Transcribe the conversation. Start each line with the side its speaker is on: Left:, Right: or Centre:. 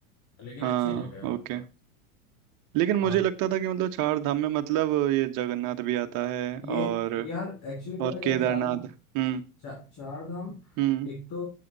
Left: लेकिन
Right: हाँ
Left: अच्छी जगह है
Right: ओके
Left: मतलब
Right: लेकिन
Left: और
Right: मुझे लगता था कि मतलब चार धाम में मतलब ये जगन्नाथ भी आता है
Left: ये
Right: और
Left: यार एक्चुअली
Right: और
Left: पता क्या
Right: केदारनाथ
Left: चार धाम
Right: हम्म
Left: चा, चार धाम
Right: हम्म
Left: एक तो